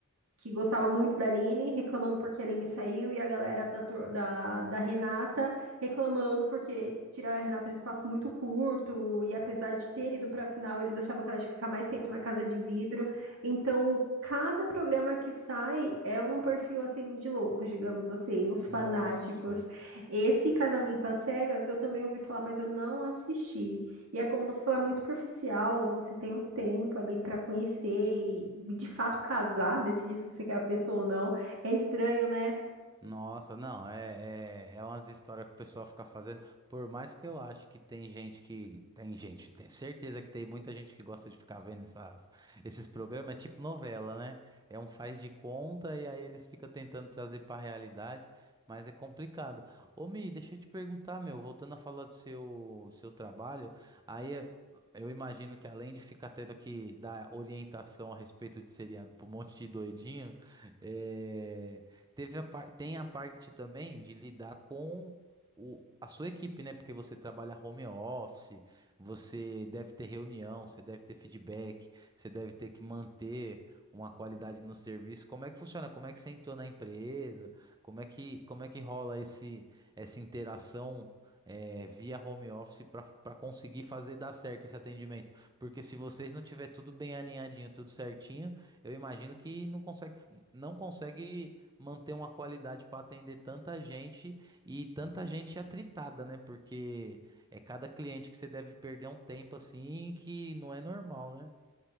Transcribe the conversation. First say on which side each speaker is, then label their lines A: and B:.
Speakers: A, on the right; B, on the right.
A: que gostava muito da Aline, reclamando porque a Aline saiu, e a galera da, tor- da, da Renata reclamando porque tiraram a Renata num espaço muito curto, e apesar de ter ido para a final, eles achavam que ela tinha que ficar mais tempo na casa de vidro. Então, cada programa que sai é um perfil assim de loucos, digamos assim, os fanáticos.
B: nossa.
A: Esse Casamento às Cegas eu também ouvi falar, mas eu não assisti. E é como você falar muito superficial, você tem um tempo ali pra conhecer e de fato casar, decidir se você quer a pessoa ou não. É estranho, né?
B: Nossa, não, é, é, é umas histórias que o pessoal fica fazendo. Por mais que eu acho que tem gente que. Tem gente, tem certeza que tem muita gente que gosta de ficar vendo essas, esses programas, é tipo novela, né? É um faz de conta e aí eles ficam tentando trazer pra realidade, mas é complicado. Ô, Mi, deixa eu te perguntar, meu, voltando a falar do seu, seu trabalho, aí é- eu imagino que além de ficar tendo que dar orientação a respeito de seriado pra um monte de doidinho, é. Teve a par... Tem a parte também de lidar com o... a sua equipe, né? Porque você trabalha home office, você deve ter reunião, você deve ter feedback, você deve ter que manter uma qualidade no serviço. Como é que funciona? Como é que você entrou na empresa? Como é que, como é que rola esse... essa interação? eh, via home office para conseguir fazer dar certo esse atendimento. Porque se vocês não tiver tudo bem alinhadinho, tudo certinho, eu imagino que não consegue, não consegue manter uma qualidade para atender tanta gente e tanta gente atritada, né? Porque é cada cliente que você deve perder um tempo assim que não é normal, né?